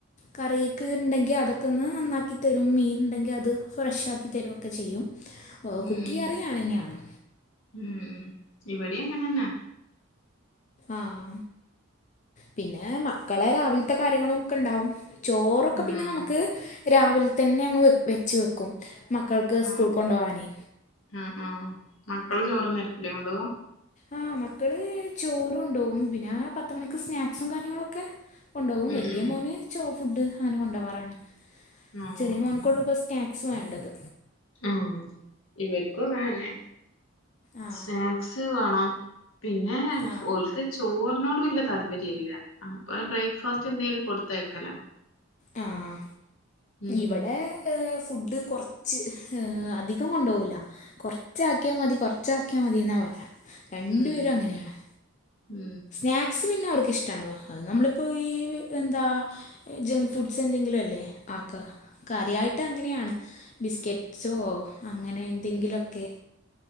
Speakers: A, on the left; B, on the left.
A: കറീക്ക് ഇണ്ടെങ്കി അതൊക്കെ ഒന്ന് അന്നാക്കിത്തരും മീനുണ്ടെങ്കി അത് ഫ്രഷ് ആക്കി തരോക്കെ ചെയ്യും ഓഹ്
B: ഉം
A: കുക്കെയ്യാറിഞ്ഞാനെന്നാണ്
B: ഉം ഇവിടീം അങ്ങനെന്നാ
A: ആഹ് പിന്നെ മക്കളെ രാവില്ത്തെ കാര്യങ്ങളും ഒക്കെ ഇണ്ടാവും ചോറൊക്കെ
B: ഉം
A: പിന്നെ നമുക്ക് രാവിൽതന്നെ അങ്ങ് വെച്ച് വെക്കും. മക്കൾക്ക് സ്കൂൾ
B: ആഹ്
A: കൊണ്ടൊവാനേ
B: ആഹ് ആഹ്. മക്കളു ചോറ് ന്നായിരിക്കൂലേ കൊണ്ടോവാ
A: അഹ് മക്കള് ചോറു കൊണ്ടോവും. പിന്നെ പത്തു മണിക്ക് സ്നാക്സും കാര്യങ്ങളൊക്കെ കൊണ്ടോകും.
B: ഉം
A: വല്യ
B: ഉം
A: മോന് ചോ ഫുഡ് അങ്ങനെ കൊണ്ടോവാറാണ്.
B: ആഹ്
A: ചെറീയ മോൻ ക്കുള്ള ബെസ് താക്സ് വാണ്ടത്
B: ആഹ് ഇവർക്കും അങ്ങനെ തന്നെ.
A: ആ
B: സ്നാക്സ് വാണം പിന്നെ <unintelligible>
A: ആ
B: ഓൽക്ക് ചോറിനോട് വെല്യ താല്പര്യ ഇല്ല അപ്പ ബ്രേക്ക്ഫാസ്റ്റ് എന്തേലും കൊടുത്തയക്കലാ
A: ആഹ്
B: ഉം
A: ഇവടെ ഫുഡ് കൊറ്ച് ച്ച് അധികം കൊണ്ടോകൂല. കൊറ്ച്ചാക്ക്യാ മതി കൊറ്ച്ചാക്ക്യാ മതി ഇന്നാ പറയാ രണ്ടുപേരും
B: ഉം
A: അങ്ങനെയാണ്
B: ഉം
A: സ്നാക്സ് പിന്നെ അവർക്ക് ഇഷ്ടാണ്. അത് നമ്മളിപ്പോ ഈ എന്താ ജങ്ക് ഫ്രുഡ്സ് എന്തെങ്കിലു അല്ലേ ആക്ക. കാര്യായിട്ട് അങ്ങനെ ആണ്. ബിസ്ക്കെറ്റ് സൊഹോ അങ്ങനെ എന്തെങ്കിലൊക്കെ